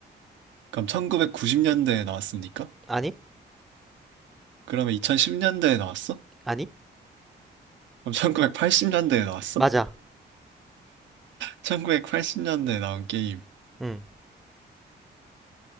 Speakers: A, on the right; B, in the centre.
A: 그럼 1990년대에 나왔습니까?
B: 아니,
A: 그러면 2010년대에 나왔어?
B: 아니,
A: 그럼 1980년대에 나왔어?
B: 맞아.
A: 1980년대에 나온 게임.
B: 음,